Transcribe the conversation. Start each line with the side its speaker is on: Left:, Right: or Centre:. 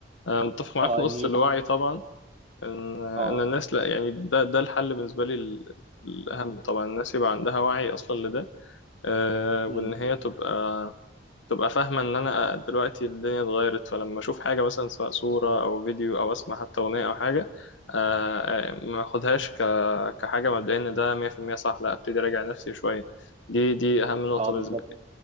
Left: أنا متفق معاك
Right: اه
Left: في نقطه
Right: اني
Left: الوعي طبعا ان ان
Right: اه
Left: الناس لا يعني ده ده الحل بالنسبه لي ال- الاهم طبعا الناس يبقى عندها وعي اصلا لده آه، وان
Right: امم
Left: هي تبقى تبقى فاهمه ان انا دلوقتي الدنيا اتغيرت فلما اشوف حاجه مثلا سواء صوره او فيديو او اسمع حتى اغنيه او حاجه آه، آه، ما اخدهاش ك كحاجه مبدئيه ان ده 100% صح لا ابتدي اراجع نفسي شويه دي دي اهم نقطه
Right: اه
Left: بالنسبه
Right: بالظبط
Left: لي